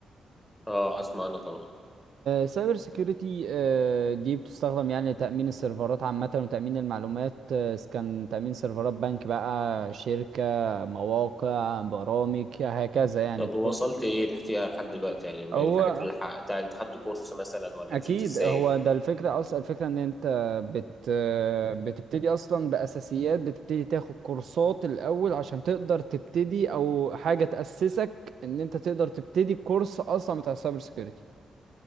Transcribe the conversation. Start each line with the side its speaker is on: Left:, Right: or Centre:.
Centre: أه أسمع أنا طبعا
Right: سايبر سيكيورتي دي بتستخدم يعني لتأمين السيرفرات عامة وتأمين المعلومات آه، إذا كان تأمين سيرفرات بنك بقى شركة مواقع برامج هكذا يعني
Centre: طب
Right: طرق
Centre: وصلت إيه فيها لحد دلوقتي يعني من
Right: هو
Centre: الحاجات اللي حققتها أنت خدت كورس مثلا ولا
Right: اكيد
Centre: مشيت إزاي؟
Right: هو ده الفكره اصلا الفكره ان انت بت بتبتدي اصلا باساسيات بتبتدي تاخد كورسات الاول عشان تقدر تبتدي او حاجه تاسسك ان انت تقدر تبتدي كورس اصلا بتاع السايبر سيكيورتي